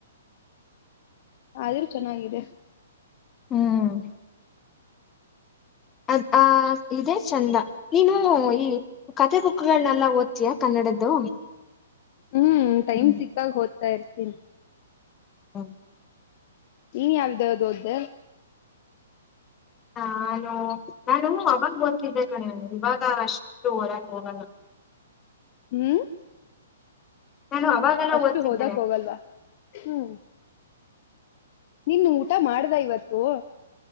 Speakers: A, on the left; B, on the left.
A: ಆದ್ರೂ ಚೆನ್ನಾಗಿದೆ
B: ಹ್ಮ್ ಅದ್ ಆ ಇದೆ ಚಂದ ನೀನು ಈ ಕತೆೆ ಬುಕ್ಗಳನೆಲ್ಲ ಓದ್ತೀಯ ಕನ್ನಡದ್ದು
A: ಹ್ಮ್ ಟೈಮ್
B: ಹ್ಮ್
A: ಸಿಕ್ಕಾಗ ಹಓದ್ತಾ ಇರ್ತೀನಿ
B: ಹ
A: ನೀನ್ ಯಾವ್ದದುೊ್ದ
B: ಹಾ ನಾನು ನಾನು ಅವಾಗ ಓ್ತಿದ್ದೆ ಕಣ ಇವಾಗ ಅಷ್ಟು ಹೊರಾಕ್ ಹೋಗಲ್ಲ <inaudible>
A: ಹ್ಮ್
B: ನಾನು ಅವಾಗೆಲ್ಲ
A: ಅಷ್ಟು
B: ಓದ್ತಿದ್ದೆ
A: ಹೋದಕ್ ಹೋಗಲ್ವಾ ಹ್ಮ್ ನಿನ್ ಊಟ ಮಾಡ್ದ ಇವತ್ತು